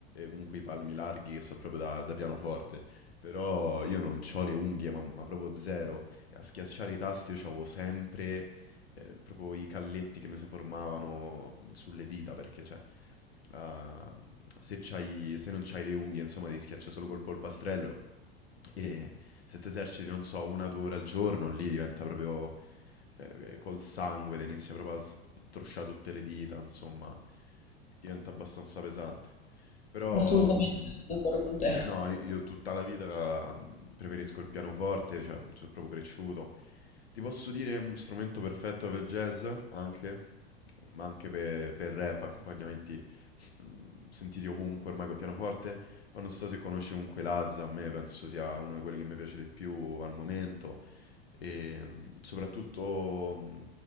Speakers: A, on the left; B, on the left.
A: comunque i palmi larghi che so proprio da da pianoforte, però io non ho le unghie, ma, ma proprio zero. E a schiacciare i tasti io avevo sempre eh, proprio i calletti che mi si formavano mm, sulle dita, perché cioè, ah, se c'hai, se non c'hai le unghie, insomma, ti schiaccia solo col polpastrello. E se ti eserciti, non so, una o due ore al giorno, lì diventa proprio eh, eh, col sangue, te inizia proprio a strusciare tutte le dita, insomma, diventa abbastanza pesante. Però,
B: Assolutamente,
A: mh,
B: sono d'accordo con te.
A: no, io tutta la vita mh, preferisco il pianoforte, cioè, sono proprio cresciuto, ti posso dire un strumento perfetto per il jazz, anche, ma anche per, per rap, accompagnamenti mm, sentiti ovunque ormai col pianoforte. Poi non so se conosci comunque Lazza, a me penso sia uno di quelli che mi piace di più al momento. E mm, soprattutto mm,